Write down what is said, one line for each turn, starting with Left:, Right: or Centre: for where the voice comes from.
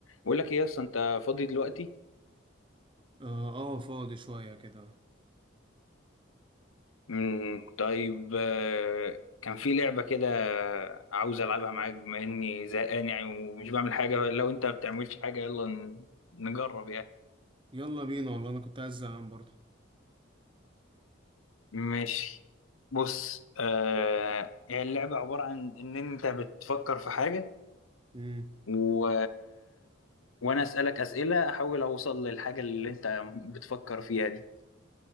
Left: بقول لك ايه اصلا انت فاضي دلوقتي
Right: اه آه، فاضي شوية كده
Left: مم. طيب آه، كان في لعبة كده عاوز العبها معاك بما اني زهقان يعني ومش بعمل حاجة لو انت ما بتعملش حاجة يلا ن- نجرب يعني
Right: يلا بينا والله انا كنت عايز زهقان برضه
Left: ماشي بص آه هي اللعبة عبارة عن ان انت بتفكر في حاجة
Right: امم
Left: و... وانا اسألك اسئلة احاول اوصل للحاجة اللي انت بتفكر فيها دي